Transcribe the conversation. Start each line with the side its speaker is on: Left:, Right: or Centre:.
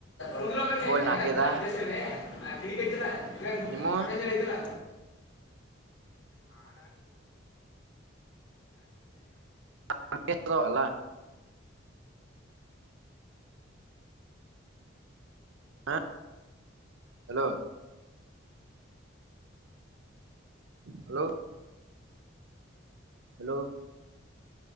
Left: ಒಂದುಲೋ ನಾಸನೆ
Right: ಕೋಲ್ ನಾಲ್ಕೈದ
Left: ನಾಕಡಿ ಕೆ ರ ಈ
Right: ನಿಮ್ಮ
Left: ಅಖಂದಯತಲ್ಲಾ
Right: ಷ್ಟಲ್ಲ ಹ hello hello hello